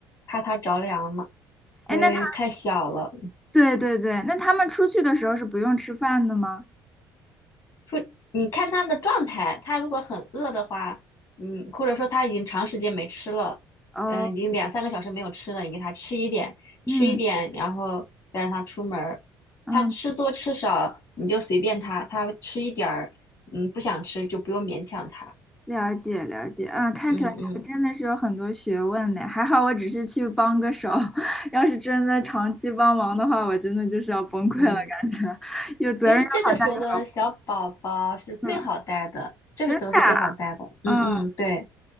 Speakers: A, on the left; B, in the centre.
A: 怕它着凉嘛，
B: 哎，
A: 因为太小了。
B: 那他，对对对，那他们出去的时候是不用吃饭的吗？
A: 说你看他的状态，他如果很饿的话，嗯，或者说他已经长时间没吃了，
B: 哦，
A: 嗯，已经两三个小时没有吃了，你给他吃一点，
B: 嗯
A: 吃一点，然后再让他出门儿。
B: 嗯，
A: 他吃多吃少你就随便他，他吃一点儿，嗯，不想吃就不用勉强他。
B: 了解了解，啊，看起来还真的是有很多学问呢。
A: 嗯嗯
B: 还好我只是去帮个手，<laughs> 要是真的长期帮忙的话，我真的就是要崩溃了，
A: 嗯，
B: 感觉 <laughs> 有责任又好大又好负
A: 其实这个时候的小宝宝是最好带的，
B: 嗯，
A: 这个时候是最好带的。
B: 真的啊
A: 嗯嗯，
B: 嗯，
A: 对，